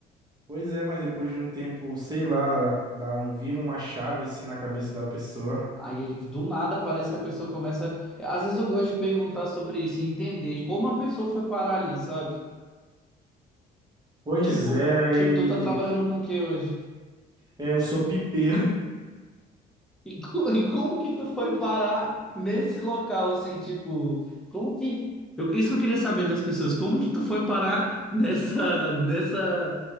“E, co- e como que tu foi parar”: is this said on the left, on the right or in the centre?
Centre